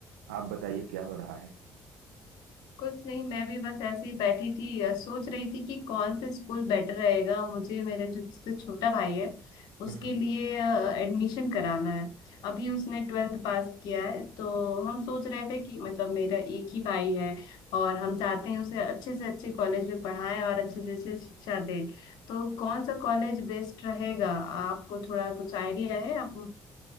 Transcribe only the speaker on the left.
कुछ नहीं मैं भी बस ऐसे ही बैठी थी अ, सोच रही थी कि कौन से स्कूल बेटर रहेगा मुझे मेरे जो सबसे छोटा भाई है उसके
लिए एडमिशन कराना है अभी उसने ट्वेल्थ पास किया है तो हम सोच रहे थे कि मतलब मेरा एक ही भाई है और हम चाहते हैं उसे अच्छे से अच्छे कॉलेज में पढ़ाएं और अच्छे से अच्छे शिक्षा दें तो कौन सा कॉलेज बेस्ट रहेगा आपको थोड़ा कुछ आइडिया है आप